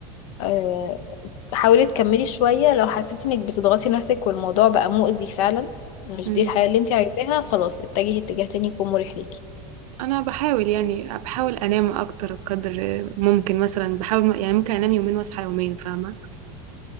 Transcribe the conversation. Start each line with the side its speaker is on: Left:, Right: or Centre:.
Left: آه، حاولي تكملي شويه لو حسيتي انك بتضغطي نفسك والموضوع بقى مؤذي فعلا مش
Right: مم.
Left: دي الحياه اللي انتي عايزاها خلاص اتجهي اتجاه تاني يكون مريح ليكي
Right: أنا بحاول يعني بحاول أنام أكتر قدر ممكن مثلا بحاول يعني ممكن أنام يومين وأصحى يومين فاهمة